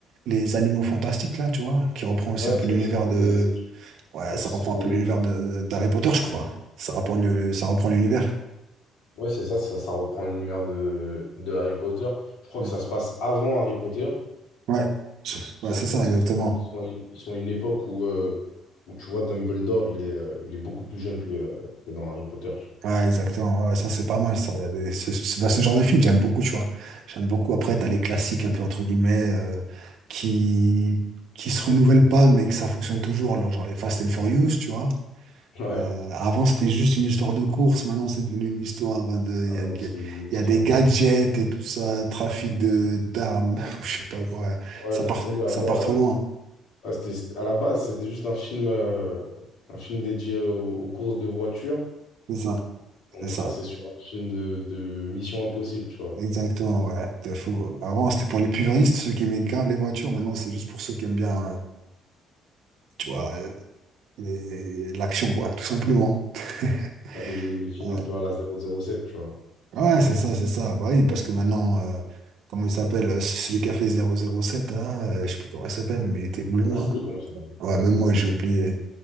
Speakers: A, on the right (about 65°); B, on the left (about 85°).
A: les animaux fantastiques là, tu vois, qui reprend aussi
B: Ouais,
A: un peu
B: ça,
A: l'univers
B: ça- c'est
A: de, ouais,
B: ouais, ça,
A: ça reprend
B: c'est dans
A: un peu
B: l'univers.
A: l'univers de d'Harry Potter, je crois. Ça reprend le, le- ça reprend l'univers.
B: Ouais, c'est ça, ça, ça reprend l'univers de, de Harry Potter. Je crois
A: Mm.
B: que ça se passe avant Harry Potter.
A: Ouais, ouais,
B: Parce
A: c'est
B: que
A: ça
B: ça, ils sont,
A: exactement.
B: ils sont, ils sont à une ils sont à une époque où, euh, où tu vois, Dumbledore, il est, euh, il est beaucoup plus jeune que, euh, que dans Harry Potter, tu
A: Ouais, exactement. Ouais, ouais, ça, c'est pas mal, ça. Il y avait ce, ce- bah, ce genre de film, j'aime beaucoup, tu vois. J'aime beaucoup. Après, t'as les classiques, un peu, entre guillemets, euh, qui, qui se renouvellent pas, mais que ça fonctionne toujours. Genre genre les Fast and Furious, tu vois.
B: vois. Ouais.
A: Euh, avant, c'était juste une histoire de course. Maintenant, c'est devenu une histoire hein, de. Il
B: Ah
A: y
B: ouais,
A: a, il
B: non, c'est
A: y a-
B: une, une histoire
A: il y a des
B: de...
A: gadgets et tout ça, trafic de d'armes, <laughs> ou je sais pas quoi.
B: Ouais,
A: Ça
B: laisse
A: part,
B: tomber, avant,
A: ça part trop
B: ouais.
A: loin.
B: Ah, c'était- c'était- à la base, c'était juste un film, euh, un film dédié aux, aux courses de voitures.
A: C'est ça,
B: On
A: c'est
B: est
A: ça.
B: passé sur un film de, de Mission Impossible, tu vois.
A: Exactement, ouais. De fou. Avant, c'était pour les puristes, ceux qui aimaient grave les voitures. Maintenant, c'est juste pour ceux qui aiment bien. euh, tu vois, euh, et l'action, quoi, tout simplement. <laughs>
B: Ah, Les, les- les films
A: Ouais,
B: un peu à la 007, tu vois.
A: Ouais, c'est ça, c'est ça. Bah oui, parce que maintenant, euh, comment il s'appelle, euh, celui qui a fait 007, là, euh, je sais plus comment il s'appelle, mais il était blond,
B: Ah, j'ai
A: hein.
B: oublié comment il s'appelle.
A: Ouais, même moi, j'ai oublié.